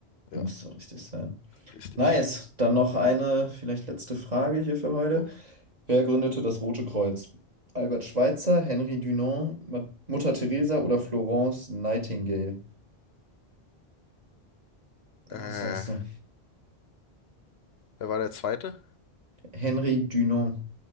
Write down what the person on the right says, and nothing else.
müsste richtig sein.
Nice. Dann noch eine, vielleicht letzte Frage hier für heute.
Wer gründete das Rote Kreuz? Albert Schweitzer, Henri Dunant, Ma- Mutter Teresa oder Florence Nightingale?
Was sagst du?
Henri Dunant.